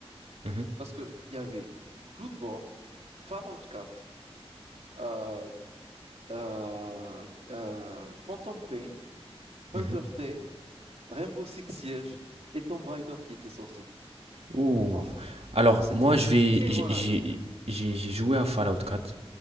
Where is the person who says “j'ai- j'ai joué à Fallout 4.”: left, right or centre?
Right